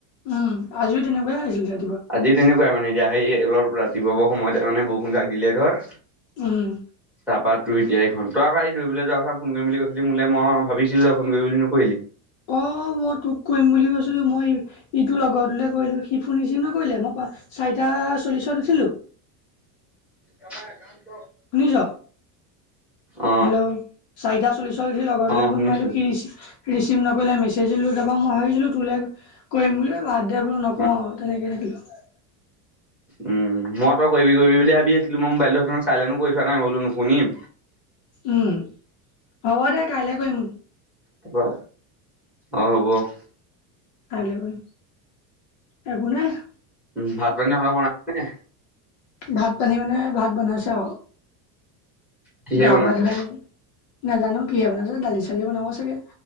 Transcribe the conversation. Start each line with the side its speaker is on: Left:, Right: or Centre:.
Left: উম আজিও তেনেকুৱাইে আহিছিলে
Centre: আজি তেনেকুৱাই মানে এতিয়া সেই অলপ ৰাতিপুৱা সময়তে মানে বৰষুণ তাক দিলে ধৰ
Left: উম
Centre: তাৰপা তোৰ দিয়াই খন তই আকৌ এই দৌবলৈ যোৱাৰ কথা ফোন কৰিম বুলি কৈছিলি মোলে মই ভাবিছিলোই ফোন কৰি বুলি নকৰিলি
Left: অহ মই তোক কৰিম বুলি কৈছিলো মই ইটো লগতলে কৰিলো সি ফোন ৰিচিভ নকৰিলে মই চাৰিটা চল্লিশত উঠছিলো
Centre: বৰ্তমান কাম
Left: শুনিছ
Centre: অ
Left: হেল্ল' চাৰিটা চল্লিছ সি লগৰতো
Centre: অ
Left: ফোন
Centre: শুনিছো
Left: মাৰিলো সি ৰিচি ৰিচিভ নকৰিলে মেছেজ দিলোঁ তাৰপা মই ভাবিছিলোঁ তোলে কৰিম বুলি বা এ বলো নকওঁ
Centre: অ
Left: আৰু তেনেকে থাকিলো
Centre: উম মই তই কৰিবি কৰিবি বুলি ভাবি আছিলো মই মোবাইলটো সেইতে চাই লনো কৰি থোৱা নাই বোলো নুশুনিম
Left: উম হ'ব দে কাইলে গৈ কৰিম
Centre: তাৰপৰা অ হ'ব
Left: <unintelligible>
Centre: উ ভাত পানী সৰ বনাইছে
Left: ভাত পানী মানে ভাত বনাইছে আৰু
Centre: কিহে
Left: গা
Centre: বনাইছে
Left: পা ধুৱাই মেলি নাজানো কিহে বনাইছে দালি চালিও বনাব চাগে